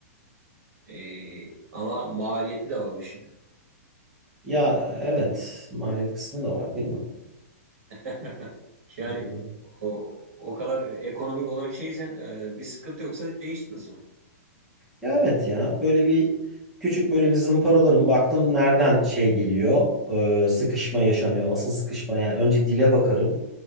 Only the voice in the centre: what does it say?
Ya evet, maliyet kısmı da var değil mi?
Doğru.
Ya evet ya böyle bir küçük böyle bir zımparalarım baktım nereden şey geliyor, e, sıkışma yaşanıyor, asıl sıkışma yani önce dile bakarım.